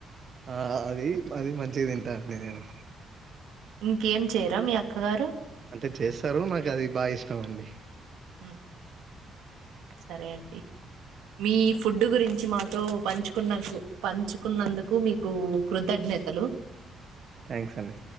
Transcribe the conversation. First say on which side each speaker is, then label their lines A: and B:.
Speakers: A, on the right; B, on the right.
A: ఆ అది అది మంచిగా తింటా లేవు
B: ఇంకేం చేయరా మీ అక్కగారు
A: అంటే చేస్తారు నాకు అది బాగా ఇష్టం అండి
B: హ్మ్. సరే అండి మీ ఫుడ్ గురించి మాతో పంచుకున్నకు పంచుకున్నందుకు మీకు కృతజ్ఞతలు
A: థ్యాంక్స్ అండి